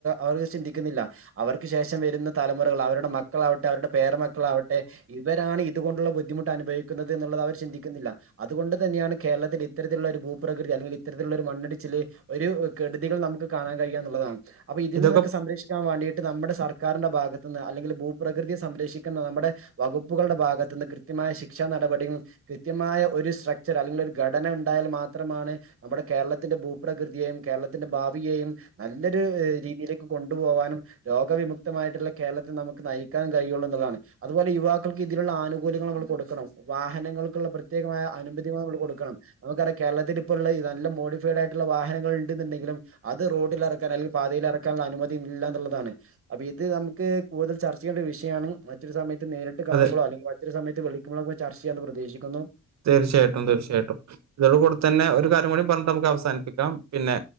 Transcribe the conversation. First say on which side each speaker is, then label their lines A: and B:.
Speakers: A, on the right; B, on the right.
A: അവർ ചിന്തിക്കുന്നില്ല അവർക്ക് ശേ ശേഷം വരുന്ന തലമുറകൾ അവരു ടെ മക്കളാവട്ടെ അവരുടെ പേരമക്കളാവട്ടെ ഇവരാണ് ഇതുകൊണ്ടുള്ള ബുദ്ധിമുട്ട് അനുഭവിക്കുന്നത് എന്നുള്ളത് അവർ ചിന്തിക്കുന്നി ല്ല അതുകൊണ്ട് തന്നെയാണ് കേരളത്തിൽ ഇത്തരത്തിലുള്ള ഒരു ഭൂപ്രകൃതി അല്ലെങ്കിൽ ഇത്തരത്തിലുള്ള ഒരു മണ്ണിടിച്ചിൽ ഒരു കെടു തികൾ നമുക്ക് കാണാൻ കഴിയാ എന്നുള്ളതാണ് അപ്പൊ ഇതിൽ
B: ഇതൊക്കെ
A: നിന്നൊക്കെ സംരക്ഷിക്കാൻ വേണ്ടിട്ട് നമ്മുടെ സർക്കാരിന്റെ ഭാഗത്തുന്ന് അല്ലെങ്കില് ഭൂപ്രകൃതിയെ സംരക്ഷിക്കുന്ന നമ്മുടെ വകുപ്പുകളുടെ ഭാഗത്തുനിന്ന് കൃത്യമായ ശിക്ഷാ നടപടി കൃത്യമാ <unintelligible> ഒരു സ്ട്രക്ച്ചർ അല്ലെങ്കിൽ ഒരു ഘടന ഉണ്ടായാൽ മാത്രമാണ് നമ്മുടെ കേരളത്തിന്റെ ഭൂപ്രകൃതിയെയും കേരളത്തിന്റെ ഭാവിയെയും നല്ലൊരു രീതിയിലേക്ക് കൊണ്ടുപോകാനും രോഗവിമുക്തമായിട്ടുള്ള കേരളത്തിൽ നമു ക്ക് നയിക്കാൻ കഴിയുള്ള എന്നതാണ് അതുപോലെ യുവാക്കൾക്ക് ഇതിലുള്ള ആനുകൂല്യങ്ങൾ നമ്മൾ കൊടുക്കണം വാഹനങ്ങൾക്കുള്ള പ്രത്യേ മായാ അനുമതി നമ്മൾ കൊടുക്കണം നമുക്കറിയാം കേരളത്തിൽ ഇപ്പോ ഉള്ള നല്ല മോഡിഫൈഡ് ആയിട്ടുള്ള വാഹനങ്ങൾ ഉണ്ടുന്നുണ്ടെങ്കിലും അത് റോഡിൽ ഇറക്കാൻ അല്ലെങ്കിൽ പാതയിൽ ഇറക്കാനുള്ള അനുമതി ഇല്ല എന്നുള്ളതാണ് അപ്പൊ ഇത് നമുക്ക് കൂടുതൽ ചർച്ച ചെയ്യണ്ട ഒരു വിഷയമാണ് മറ്റൊരു സമയത്ത് നേരിട്ട് കാണുമ്പളൊ
B: അതെ.
A: അല്ലെങ്കിൽ മറ്റൊരു സയത്ത് വിളിക്കുമോ ചർച്ച ചെയ്യാന്ന് പ്രതീക്ഷിക്കുന്നു
B: തീർച്ചയായിട്ടും തീർച്ചയായിട്ടും ഇതോട കൂടെ തന്നെ ഒരു കാര്യം കൂടി പറഞ്ഞിട്ട് നമുക്ക് അവസാനിപ്പിക്കാം പിന്നെ